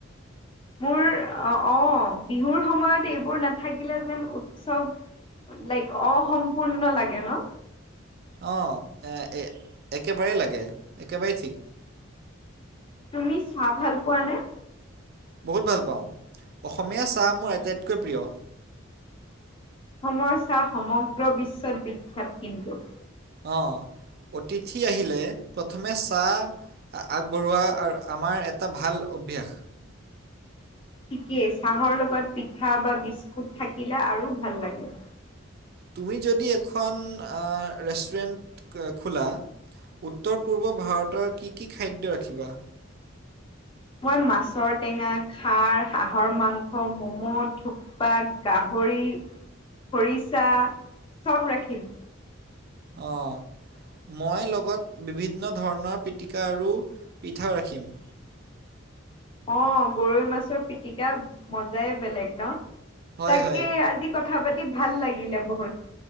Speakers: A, on the left; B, on the right.
A: মোৰ অ', অ', বিহুৰ সময়ত এইবোৰ নাথাকিলে যেন উৎসৱ লাইক অসম্পূৰ্ণ লাগে ন?
B: অ', একেবাৰেই লাগে, একেবাৰেই ঠিক।
A: তুমি চাহ ভাল পোৱানে?
B: বহুত ভাল পাওঁ, অসমীয়া চাহ মোৰ আটাইতকৈ প্ৰিয়।
A: অসমৰ চাহ সমগ্ৰ বিশ্বত বিখ্যাত কিন্তু।
B: অ', অতিথি আহিলে প্ৰথমে চাহ আগবঢ়োৱা আমাৰ এটা ভাল অভ্যাস।
A: ঠিকেই চাহৰ লগত পিঠা বা বিস্কুট থাকিলে আৰু ভাল লাগে।
B: তুমি যদি এখন ৰেষ্টুৰেণ্ট খোলা? উত্তৰ পূ্বৰ ভাৰতৰ কি-কি খাদ্য ৰাখিবা?
A: মই মাছৰ টেঙা, খাৰ, হাঁহৰ মাংস, মম', থুপ বা গাহৰি, খৰিচা, চব ৰাখিম।
B: অ'। মই লগত বিভিন্ন ধৰণৰ পিটিকা আৰু পিঠাও ৰাখিম।
A: অ', গৰৈ মাছৰ পিটিকা মজাই বেলেগ ন?
B: হয়
A: তাকে
B: হয়।
A: আজি কথা পাতি ভাল লাগিলে বহুত।